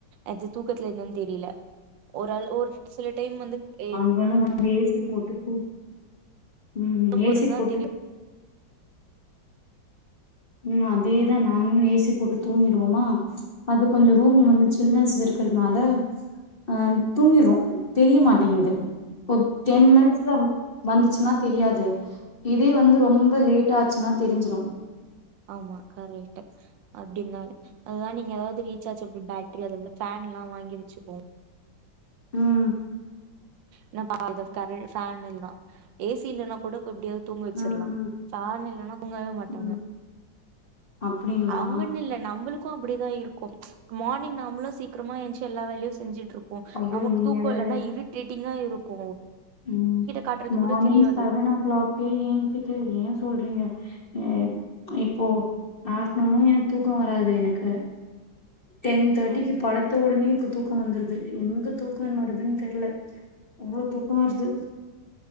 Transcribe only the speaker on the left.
இவனு வந்து ஏசி போட்டு த்து ம்ம்
ஏசி போட்டு
ம் அதேதா நாங்களு ஏசி போட்டு தூங்கிடுவோமா அது கொஞ்சோ ரூம் வந்து சில்னஸ் இருக்குறதுனால அ தூங்கிறோ தெரிய மாட்டேங்குது ஒத் டென் மினிட்ஸ்ல வந்துச்சுன்னா தெரியாது இதே வந்து ரொம்ப லேட்டா ஆச்சுன்னா தெரிஞ்சிரு
ம்
ம் ம்
ம் அப்டிங்களா
ஐயோ
நீங்க
வேற
ம்
மார்னிங்
செவன் ஓ கிளாக்கே ஏஞ்சிட்டு ஏ சொல்றீங்க ஏப் இப்போ ஆஃப்நூனு எனக்கு தூக்கோ வராது எனக்கு டென் தோட்டிக்கு
படத்த ஓடுனே இருக்குது தூக்கோ வந்துது எங்க தூக்கம் மாருதுன் தெர்ல அவ்வளோ தூக்கமா வருது